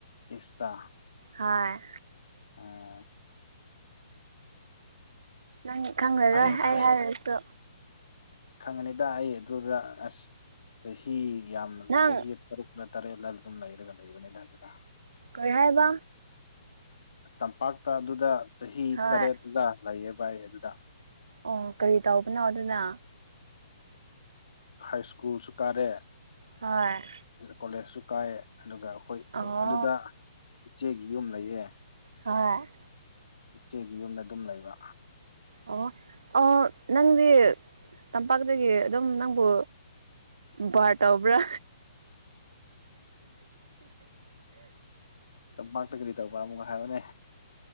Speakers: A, on the left; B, on the right.
A: ꯏꯁꯇꯥ
B: ꯍꯣꯏ
A: ꯎꯝ
B: ꯅꯪ ꯈꯪꯂꯔꯣꯏ
A: ꯐꯔꯦ ꯐꯔꯦ
B: ꯑꯩ ꯍꯥꯏꯔꯁꯨ
A: ꯈꯪꯉꯅꯤꯗ ꯑꯩ ꯑꯗꯨꯗ ꯑꯁ ꯆꯍꯤ ꯌꯥꯝꯅ
B: ꯅꯪ
A: ꯆꯍꯤ ꯇꯔꯨꯛ ꯇꯔꯦꯠꯂ ꯑꯗꯨꯝ ꯂꯩꯔꯒ ꯂꯩꯕꯅꯤꯅ ꯑꯗꯨꯗ
B: ꯀꯔꯤꯍꯥꯏꯕ
A: ꯇꯝꯄꯥꯛꯇ ꯑꯗꯨꯗ ꯆꯍꯤ
B: ꯍꯣꯏ
A: ꯇꯔꯦꯠꯂ ꯂꯩꯌꯦꯕ ꯑꯩ ꯑꯗꯨꯗ
B: ꯑꯣ ꯀꯔꯤ ꯇꯧꯕꯅꯣ ꯑꯗꯨꯅ
A: ꯍꯥꯏ ꯁ꯭ꯀꯨꯜꯁꯨ ꯀꯥꯔꯦ
B: ꯍꯣꯏ
A: ꯀꯣꯂꯦꯖꯁꯨ ꯀꯥꯏꯌꯦ ꯑꯗꯨꯒ ꯑꯩꯈꯣꯏ
B: ꯑꯣ
A: ꯑꯗꯨꯗ ꯏꯆꯦꯒꯤ ꯌꯨꯝ ꯂꯩꯌꯦ
B: ꯍꯣꯏ
A: ꯏꯆꯦꯒꯤ ꯌꯨꯝꯗ ꯑꯗꯨꯝ ꯂꯩꯕ
B: ꯑꯣ ꯑꯣ ꯅꯪꯗꯤ ꯇꯝꯄꯥꯛꯇꯒꯤ ꯑꯗꯨꯝ ꯅꯪꯕꯨ ꯚꯔ ꯇꯧꯕ꯭ꯔꯥ
A: ꯇꯝꯄꯥꯛꯇ ꯀꯔꯤ ꯇꯧꯕ ꯑꯃꯨꯛ ꯍꯥꯏꯔꯣꯅꯦ